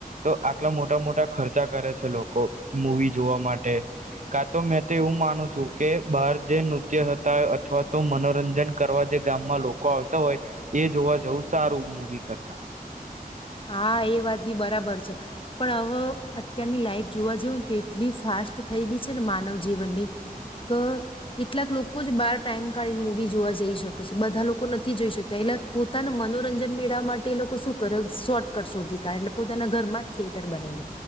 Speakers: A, on the right; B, on the left.
A: તો આટલા મોટા મોટા ખર્ચા કરે છે લોકો મૂવી જોવા માટે કા તો મેં તો એવું માનું છું કે બહાર જે નૃત્ય થતા હોય અથવા તો મનોરંજન કરવા જે ગામમાં લોકો આવતા હોય એ જોવા જવું સારું મૂવી કરતા
B: હા એ વાત બી બરાબર છે પણ હવે અત્યારની લાઈફ જોવા જવને તો એટલી ફાસ્ટ થઈ ગઈ છે ને માનવ જીવનની કે કેટલાક લોકો જ બાર ટાઈમ કાઢીને મૂવી જોવા જઈ શકે છે બધા લોકો નથી જોઈ શકતા એટલે પોતાના મનોરંજન મેળવવા માટે એ લોકો શું કર શોર્ટકટ શોધી કાઢ એટલે પોતાના ઘરમાં થિયેટર બનાવી દે